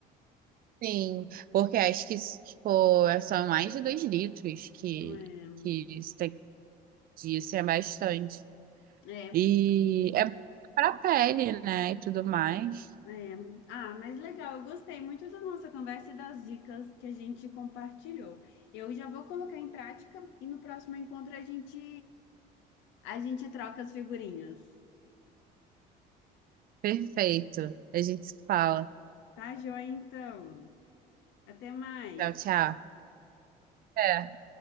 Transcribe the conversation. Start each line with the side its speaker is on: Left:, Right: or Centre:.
Right: Sim, porque acho que, tipo, são mais de dois litros que,
Left: É.
Right: que isso tem dia, isso é bastante.
Left: É,
Right: E é para pele, né? E tudo mais.
Left: É. Ah, mas legal, eu gostei muito da nossa conversa e das dicas que a gente compartilhou. Eu já vou colocar em prática e no próximo encontro a gente a gente troca as figurinhas.
Right: Perfeito. A gente se fala.
Left: Tá, joia? Então, até mais.
Right: Tchau, tchau. É.